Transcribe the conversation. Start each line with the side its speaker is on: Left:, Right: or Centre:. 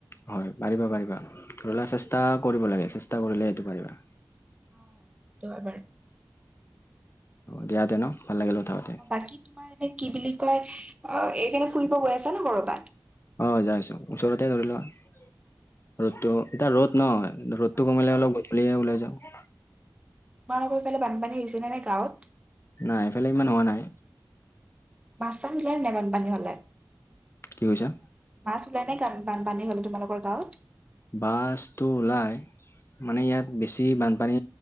Left: হয়! পাৰিবা, পাৰিবা। ধৰি লোৱা, চেষ্টা কৰিব লাগে, চেষ্টা কৰিলে সেইটো পাৰিবা।
Right: <unintelligible>
Left: দিয়াতে ন', ভাল লাগিল কথা পাতি!
Right: অ'! বাকী তোমাৰ এনে, কি বুলি কয়! অ'! এইপিনে ফুৰিব গৈ আছা ন' কৰবাত?
Left: অ'! যাই আছোঁ। ওচৰতে ধৰি লোৱা, ৰ'দটো এতিয়া, ৰ'দ ন'! 'ৰদটো
Right: অ
Left: কমিলে
Right: অ
Left: অলপ গধূলিয়ে ওলাই যাওঁ।
Right: তোমালোকৰ সেইফালে বানপানী হৈছে নে গাঁৱত?
Left: নাই, এইফালে ইমান হোৱা নাই।
Right: মাছ- চাছ ওলাই নাই বানপানী হ'লে?
Left: কি কৈছা?
Right: মাছ ওলাই নাই, বানপানী হ'লে তোমালোক গাঁৱত?
Left: মাছটো ওলাই। মানে, ইয়াত বেছি বানপানী